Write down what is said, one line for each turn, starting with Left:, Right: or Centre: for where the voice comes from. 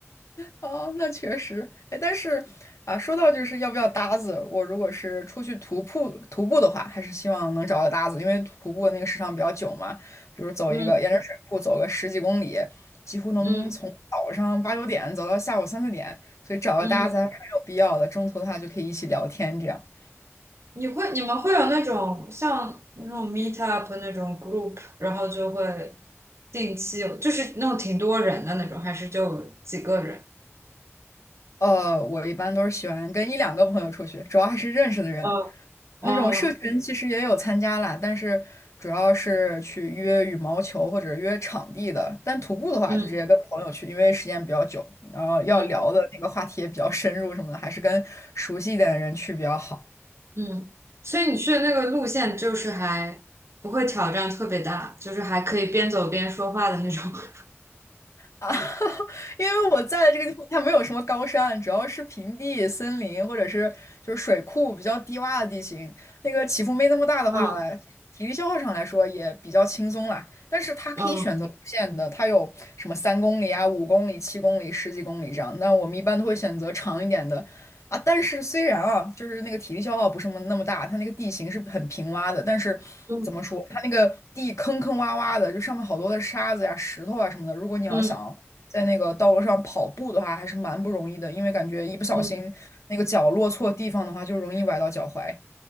Left: 哦，那确实，哎，但是啊，说到就是要不要搭子，我如果是出去徒步徒步的话，还是希望能找个搭子，因为徒步的那个时长比较久嘛，比如走一个沿着水库走个十几公里，
Right: 嗯
Left: 几乎能从早上八九点走到下午三四点，
Right: 嗯
Left: 所以找个搭子还是很有必要的，
Right: 嗯。
Left: 中途的话就可以一起聊天这样。
Right: 你会你们会有那种像那种 meet up 那种 group，然后就会定期有就是那种挺多人的那种，还是就几个人？
Left: 呃，我一般都是喜欢跟一两个朋友出去，主要还是认识的人。
Right: 哦哦，
Left: 那种社群其实也有参加啦，但是主要是去约羽毛球或者约场地的。但徒步的话，
Right: 嗯
Left: 就直接跟朋友去，因为时间比较久，然后要聊的那个话题也比较深入什么的，
Right: 嗯
Left: 还是跟熟悉一点的人去比较好。
Right: 嗯，所以你去的那个路线就是还不会挑战特别大，就是还可以边走边说话的那种。<laughs>
Left: 啊，<laughs> 因为我在的这个地方，它没有什么高山，主要是平地、森林或者是就是水库比较低洼的地形，那个起伏没那么大的话呢，
Right: 嗯
Left: 体力消耗上来说也比较轻松啦。但是它可以选择路线的，
Right: 嗯
Left: 它有什么三公里啊、五公里、七公里、十几公里这样。那我们一般都会选择长一点的，啊，但是虽然啊，就是那个体力消耗不是那么那么大，它那个地形是很平洼的，但是怎么说，
Right: 嗯
Left: 它那个地坑坑洼洼的，就上面好多的沙子呀、石头啊什么的。如果你要想在那个道路上跑步的话，
Right: 嗯
Left: 还是蛮不容易的，因为感觉一不小心那个脚落错地方的话，
Right: 嗯
Left: 就容易崴到脚踝。